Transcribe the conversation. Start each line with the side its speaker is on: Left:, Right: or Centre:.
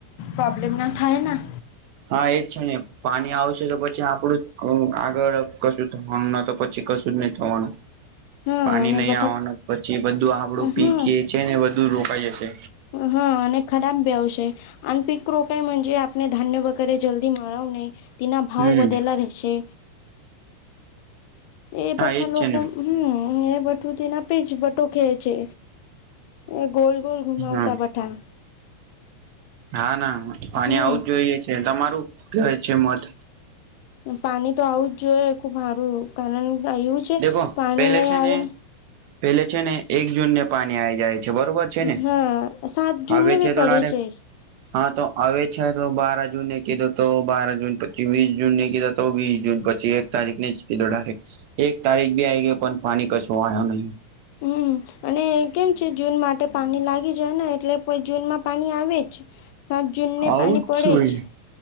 Left: પ્રોબ્લેમ ના થાય ના.
Right: હા એજ છે ને પાણી આવશે તો પછી આપણું જ આગળ કશું થવાનું ન તો પછી કશું જ નહી થવાનું
Left: હા
Right: પાણી
Left: અને
Right: નહીં
Left: બટાક
Right: આવવાનું પછી બધું આપડું પી
Left: હા
Right: કે ટ્રેન ને વધુ રોકાઈ જશે
Left: હા અને ખરાબ બેવશે અને પીક રોકાઈજે આપણે <unintelligible> ધાન્ય વગેરે જલ્દી મારાવું નહી તેના ભાવ
Right: હમ
Left: વધેલા રહેશે. એ
Right: હા
Left: બઠા
Right: એજ
Left: લોકો
Right: છે ને
Left: હમ એ ના પી જ બટો <unintelligible> ખે છે એ ગોલ ગોલ ગુમાવતા
Right: હા
Left: બટા
Right: હા ના પાની
Left: હમ
Right: આવું જ જોઈએ છે તમારું કહે છે મત
Left: પાણી તો આવું જ જોઈએ ખુબ હારું કારણ એવું છે
Right: દેખો
Left: પાણી
Right: પેલે
Left: નહી
Right: છે
Left: આવેલ
Right: ને પેલે છે ને એક જૂન ને પાણી આવી જાય છે બરોબર. છે ને
Left: હા સાત જૂનને
Right: આવે
Left: ભી
Right: તો
Left: પડે
Right: ડાયરેક્ટ
Left: છે
Right: હા તો હવે છે તો બાર જૂનેને કીધું તો બાર જૂન પછી વીસ જૂનને કીધો તો વીસ જૂન પછી એક તારીખ ને જ કીધો ડાયરેક એક તારીખ બી આઈ ગયો પણ પાણી કશો આ્યો નહીં.
Left: હમ અને કેમ છે જૂન માટે પાણી લાગી જાય ને એટલે કો જૂનમાં પાણી આવે જ. સાત જૂને
Right: આવું
Left: પાણી
Right: જ
Left: પડે
Right: જોઈએ
Left: છે.